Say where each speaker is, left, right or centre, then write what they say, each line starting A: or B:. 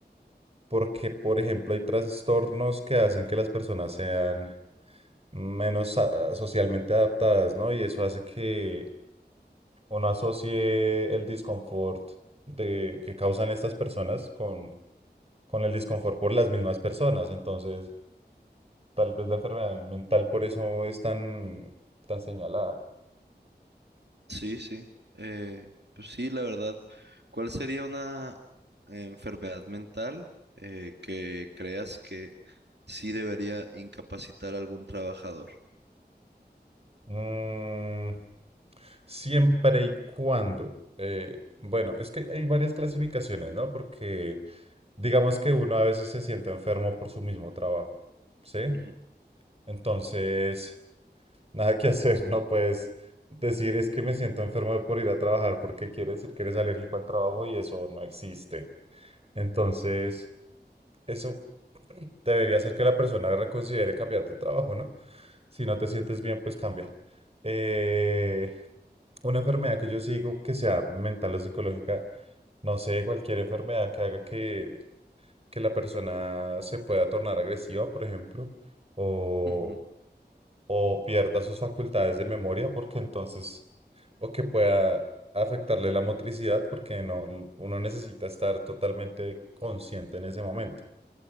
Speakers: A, on the right (about 35°); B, on the right (about 75°).
A: porque, por ejemplo, hay trastornos que hacen que las personas sean menos ah, socialmente adaptadas, ¿no? Y eso hace que uno asocie el disconfort de, que causan estas personas con con el disconfort por las mismas personas. Entonces, tal vez la enfermedad mental por eso es tan, tan señalada.
B: Sí, sí. Eh, pues sí, la verdad. ¿Cuál sería una enfermedad mental eh, que creas que sí debería incapacitar a algún trabajador?
A: Mm, siempre y cuando. eh, bueno, es que hay varias clasificaciones, ¿no? Porque digamos que uno a veces se siente enfermo por su mismo trabajo, ¿sí?
B: Ujú,
A: Entonces, <laughs> nada que hacer, no puedes decir es que me siento enfermo por ir a trabajar porque quiere decir que eres alérgico al trabajo y eso no existe. Entonces, Eso <clears throat> debería hacer que la persona reconsidere cambiar de trabajo, ¿no? Si no te sientes bien, pues cambia. Eh, una enfermedad que yo sigo, que sea mental o psicológica, no sé, cualquier enfermedad que haga que, que la persona se pueda tornar agresiva, por ejemplo, o,
B: ujú,
A: o pierda sus facultades de memoria, porque entonces, o que pueda afectarle la motricidad, porque no, uno necesita estar totalmente consciente en ese momento.